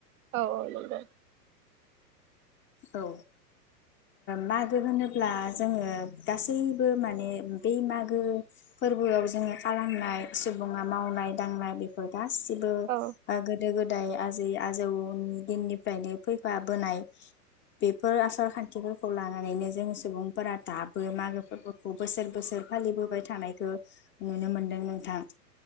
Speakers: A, on the right; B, on the left.
A: औ औ नंगौ।
B: औ ओ मागो होनोब्ला जोङो गासैबो माने बै मागो फोरबोआव जोङो खालामनाय सुबुङा मावनाय दांनाय बेफोर गासिबो
A: औ
B: ओ गोदो गोदाय दाय आजै आजौनि दिननिफ्रायनो फैफा बोनाय बेफोर आसार खान्थिफोरखौ लानानैनो जों सुबुंफोरा दाबो मागो फोरबोखौ बोसोर बोसोर फालिबोबाय थानायखौ नुनो मोनदों नोंथां।